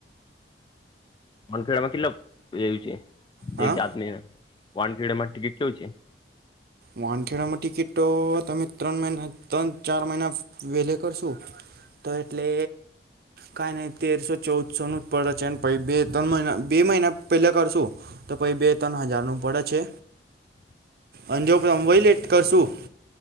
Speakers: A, on the left; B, on the right.
A: વાનખેડામાં કેટલ એું છે
B: હા
A: એક જાત ન વાનખેડે માં ટિકિટ શું છે
B: વાહનખેડામાં ટિકિટો તમે ત્રણિના ત્રણ ચાર મહિના વેલે કરશો તો એટલે કઈ નઈ તેરસો ચૌદસો નું જ પડે છે ને પ બે ત્રણ મહિના બે મહિના પેલા કરશું તો પછી બે ત્રણ હજાર નું પડે છે
A: <inaudible>
B: અંજો રમ વય લેટ કરશું